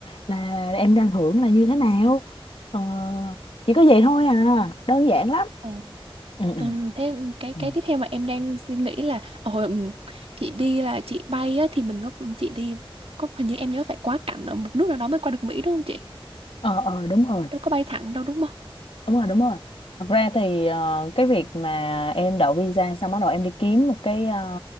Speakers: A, on the left; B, on the right.
A: là em đang hưởng là như thế nào Ờ, chỉ có vậy thôi à đơn giản lắm
B: Ừ.
A: ừ ừ
B: Ừm, thế cái
A: ừ.
B: cái tiếp theo mà em đang suy nghĩ là hồi ừm, chị đi là chị bay á, thì mình có chị đi có hình như em nhớ phải quá cảnh ở một nước nào đó mới qua được Mỹ đúng không chị?
A: ờ ờ đúng rồi
B: Đâu có bay thẳng đâu đúng không?
A: đúng rồi đúng rồi thật ra thì ờ, cái việc mà em đậu visa xong bắt đầu em đi kiếm một cái ờ,